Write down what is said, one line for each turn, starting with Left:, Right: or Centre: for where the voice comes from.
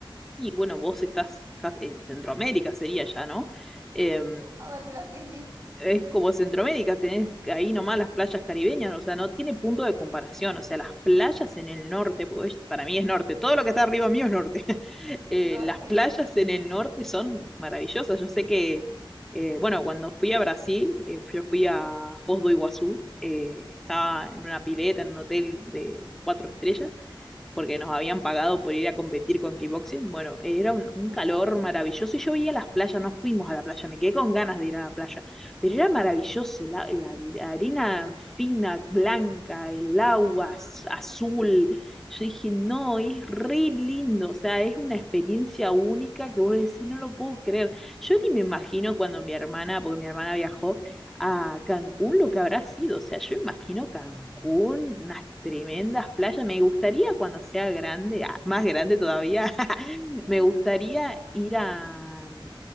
Centre: Y bueno, vos estás casi- en Centroamérica, sería ya, ¿no? Eh,
Right: <laughs> Vamos a decirlo así, sí,
Centre: es como Centroamérica, tenés ahí nomás las playas caribeñas, o sea, no tiene punto de comparación. O sea, las playas en el norte, porque es- para mí es norte, todo lo que está arriba mío es norte. <laughs> Eh,
Right: norte.
Centre: las playas en el norte son maravillosas. Yo sé que, eh, bueno, cuando fui a Brasil, eh, yo fui
Right: Ujú.
Centre: a Foz do Iguazú, eh, estaba en una pileta, en un hotel de cuatro estrellas. porque nos habían pagado por ir a competir con kickboxing. Bueno, era un,
Right: Uh.
Centre: un calor maravilloso y yo veía las playas, no fuimos a la playa, me quedé con ganas de ir a la playa, pero era maravilloso, la, la- la arena fina, blanca, el agua
Right: Ajá.
Centre: az- azul. Yo dije, no, es re lindo, o sea, es una experiencia única que vos decís, no lo puedo creer. Yo ni me imagino cuando mi hermana, porque mi hermana viajó, a Cancún lo que habrá sido. O sea, yo imagino Cancún, unas tremendas playas. Me gustaría cuando sea grande, ah, más grande todavía, <laughs>
Right: <laughs>
Centre: me gustaría ir a,